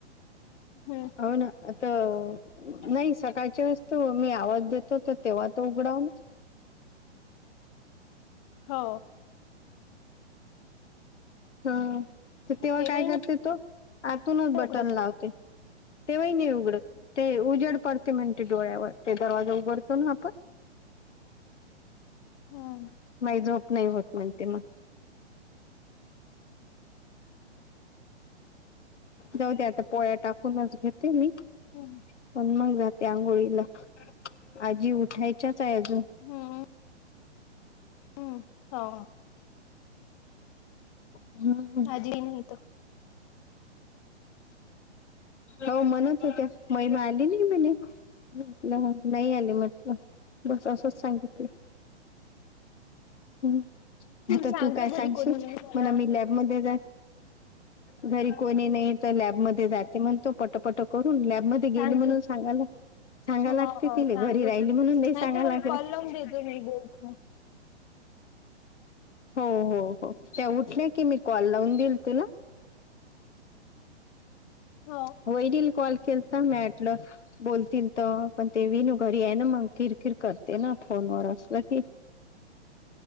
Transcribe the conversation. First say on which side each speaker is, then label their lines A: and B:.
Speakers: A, on the left; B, on the left.
A: हम्म
B: हो ना आता नाही सकाळच्या असतो मी आवाज देतो तर तेव्हा तो उघडावा
A: हो
B: हा तेव्हा
A: तेव्हाही
B: काय करते तु आतूनच
A: नाही
B: बटन
A: उघडत
B: लावते
A: का?
B: तेव्हाही नाही उघडत ते उजेड पडते म्हणते डोळ्यावर ते दरवाजा उघडतो ना आपण
A: हम
B: नाही झोप नाही होत म्हणते मग जाऊदे आता पोळ्या टाकुनच घेते मी
A: हम्म
B: पण मग जाते आंघोळीला आजी उठायच्याच आहे अजून
A: हम् हम्म हो
B: हम्
A: आजी नाही <inaudible>
B: हो म्हणत होत्या महिमा आली नाही म्हणे म्हटलं नाही आले म्हटलं बस असंच सांगितलं ह् आता
A: सांग
B: तू काय
A: ग
B: सांगशील
A: घरी कोणी नाही म्हणा
B: म्हंण मी लॅबमध्ये जा घरी कोणी नाही तर लॅब मध्ये जाते म्हणतो पटापटा करून लॅब म ती
A: सांग
B: गेली म्हणून सांगाला सांगा
A: हा
B: लागते
A: हा
B: तिला
A: सांगते
B: घरी राहिली म्हणून नाही सांगा
A: तर मला
B: लागत
A: कॉल लावून देते मी बोलते
B: हो हो हो त्या उठल्या की मी कॉल लावून देईल तुला
A: हो
B: वहिनींनं कॉल केलता तर म्हटलं बोलतील तर पण ते विनू घरी आहे ना मग किर किर करते ना फोनवर असलं की